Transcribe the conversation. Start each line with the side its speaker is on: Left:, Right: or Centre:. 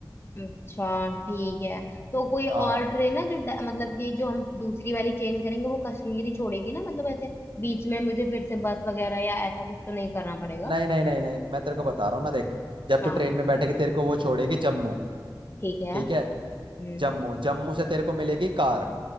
Left: अच्छा ठीक है तो कोई
Right: हाँ
Left: और ट्रेन है जो ड- मतलब कि जो हम दूसरी वाली चेंज करेंगे वो कश्मीरी छोड़ेगी ना मतलब ऐसे बीच में मुझे फिर से बस वगैरह या ऐसा कुछ तो नहीं करना पड़ेगा
Right: नहीं नहीं नहीं नहीं मैं तेरे को बता रहा हूँ ना देख जब
Left: हाँ
Right: तू ट्रेन
Left: बस
Right: में बैठेगी तेरे को वो छोड़ेगी जम्मू
Left: ठीक है
Right: ठीक है
Left: हम्म
Right: जम्मू जम्मू से तेरे को मिलेगी कार